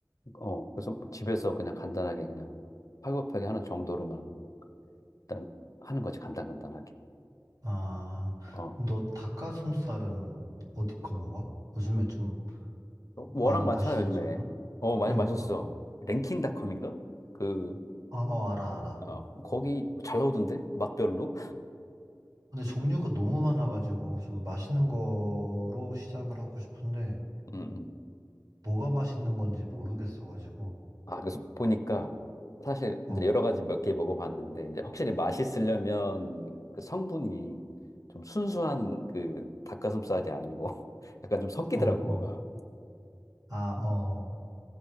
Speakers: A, on the left; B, on the right.
A: 어, 그래서 뭐 집에서 그냥 간단하게 그냥 팔굽혀펴기 하는 정도로만 일단 하는 거지. 간단 간단하게.
B: 아,
A: 어.
B: 그럼 너 닭가슴살은 어디 거 먹어? 요즘에 좀
A: 워낙
B: 많이
A: 많잖아,
B: 맛있어졌나?
A: 요즘에. 어, 많이
B: 그러니까.
A: 마셨어. 랭킹닷컴인가? 그
B: 아, 어, 알아, 알아.
A: 어, 거기 잘 나오던데? 맛별로?
B: 근데 종류가 너무 많아가지고 좀 맛있는 거로 시작을 하고 싶은데
A: <laughs> 음.
B: 뭐가 맛있는 건지 모르겠어가지고.
A: 아, 그, 수- 보니까 사실
B: 어,
A: 이제 여러 가지 몇 개 먹어봤는데 이제 확실히 맛있으려면 그 성분이 좀 순수한 그 닭가슴살이 아니고 <laughs> 약간 좀 섞이더라고
B: 어, 어.
A: 뭐가.
B: 아, 어. 어.